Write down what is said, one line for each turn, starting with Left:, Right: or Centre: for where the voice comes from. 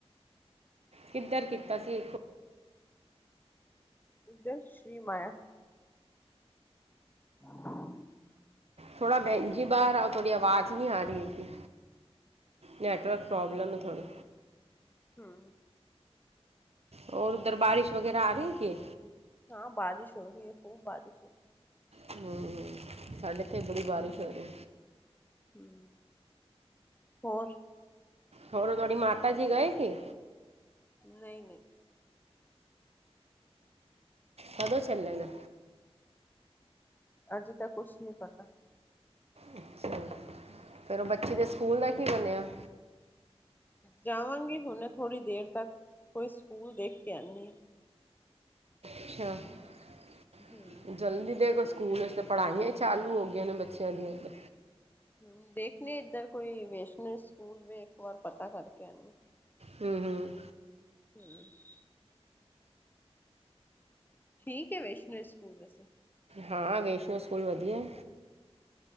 Right: ਕਿੱਧਰ ਕੀਤਾ ਸੀ ਇੱਕੋ
Left: ਇੱਧਰ ਸ਼੍ਰੀ ਮਾਯਾ <inaudible>
Right: ਥੋੜ੍ਹਾ ਬੈਹਨ ਜੀ ਬਾਹਰ ਆਓ ਥੋੜ੍ਹੀ ਆਵਾਜ਼ ਨੀ ਆ ਰੀ ਹੈਗੀ। ਨੈੱਟਵਰਕ ਪ੍ਰੋਬਲਮ ਏ ਥੋੜ੍ਹੀ
Left: ਹਮ
Right: ਹੋਰ ਉੱਧਰ ਬਾਰਿਸ਼ ਵਗੈਰਾ ਆ ਰੀ ਕਿ
Left: ਹਾਂ ਬਾਰਿਸ਼ ਹੋ ਰੀ ਏ ਖੂਬ ਬਾਰਿਸ਼ ਹੋ ਰੀ
Right: ਹਮ ਸਾਡੇ ਇੱਥੇ ਵੀ ਬੜੀ ਬਾਰਿਸ਼ ਹੋ ਰੀ।
Left: ਹੂੰ ਹੋਰ
Right: ਹੋਰ ਓ ਤੁਹਾਡੀ ਮਾਤਾ ਜੀ ਗਏ ਸੀ।
Left: ਨਈ ਨਈ।
Right: ਕਦੋਂ ਚੱਲੇ ਨੇ।
Left: ਅਜੇ ਤਾਂ ਕੁਛ ਨੀ ਪਤਾ
Right: ਅੱਛਾ ਫੇਰ ਓ ਬੱਚੇ ਦੇ ਸਕੂਲ ਦਾ ਕੀ ਬਣਿਆ
Left: ਜਾਵਾਂਗੀ ਹੁਣੇ ਥੋੜ੍ਹੀ ਦੇਰ ਤੱਕ, ਕੋਈ ਸਕੂਲ ਦੇਖ ਕੇ ਆਨੀ
Right: <unintelligible>
Left: ਹੂੰ
Right: ਪੜ੍ਹਾਈਆਂ ਈ ਚਾਲੂ ਹੋ ਗਈਆਂ ਨੇ ਬੱਚਿਆਂ ਦੀਆਂ ਤੇ
Left: ਹੂੰ ਵੇਖਣੇ ਏਧਰ ਕੋਈ ਵੈਸ਼ਨਲ ਸਕੂਲ ਵੀ ਇੱਕ ਵਾਰ ਪਤਾ ਕਰਕੇ ਆਨੇ।
Right: ਹੂੰ ਹੂੰ।
Left: <inaudible> ਠੀਕ ਏ ਵੈਸ਼ਨਰ ਸਕੂਲ ਵੈਸੇ।
Right: ਹਾਂ ਵੈਸ਼ਨਰ ਸਕੂਲ ਵਧੀਆ।